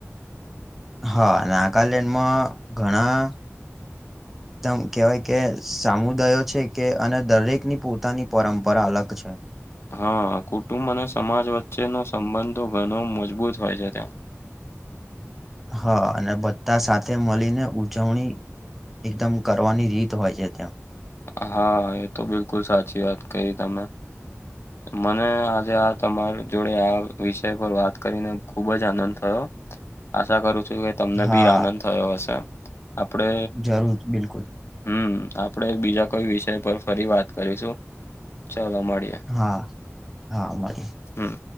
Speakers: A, in the centre; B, on the left (about 55°).
A: હા નાગાલેન્ડમાં ઘણા
B: <inaudible>
A: એકદમ કહેવાય કે સામુદયો છે કે અને દરેકની પોતાની પરંપરા અલગ છે
B: હા કુટુંબ અને સમાજ વચ્ચેનો સંબંધો ઘણો મજબૂત હોય છે ત્યાં
A: હા અને બધા સાથે મળીને ઉજવણી એકદમ કરવાની રીત હોય છે ત્યાં
B: હા એ તો બિલકુલ સાચી વાત કહી તમે મને આજે આ તમારી જોડે આ વિષય પર વાત કરીને ખુબ જ આનંદ થયો. આશા કરું છું કે તમને
A: હા
B: બી આનંદ થયો હશે આપણે
A: જરૂર બિલકુલ
B: હમ આપડે બીજા કોઈ વિષય પર ફરી વાત કરીશું ચાલો મળીએે
A: હા હા મળીએ
B: હમ